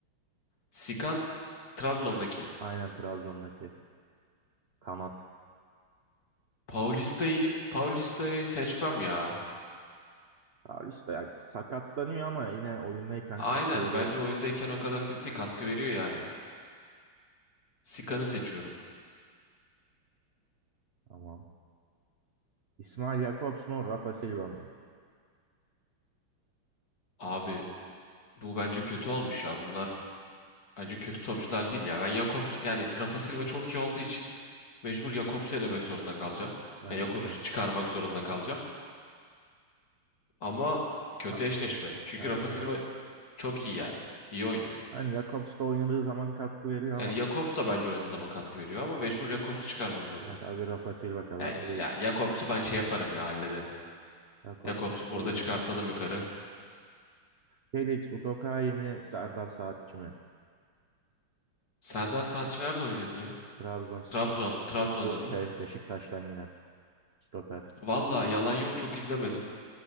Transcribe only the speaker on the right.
Aynen Trabzon'daki. Kanat.
Paulista ya sakatlanıyor ama yine oyundayken
katkı veriyor.
Tamam. İsmail Jakobs mu? Rafa Silva mı?
Bence
de.
Ka-
Bence
de.
Hani Jakobs da oynadığı zaman katkı veriyor ama
evet abi Rafa Silva kadar
da değil.
Jakobs
üsttür
o
zaman.
Felix Udokai mi Serdar Saatçi mi?
Trabzonspor.
E, Bu
şey
Beşiktaş'tan yine stoper.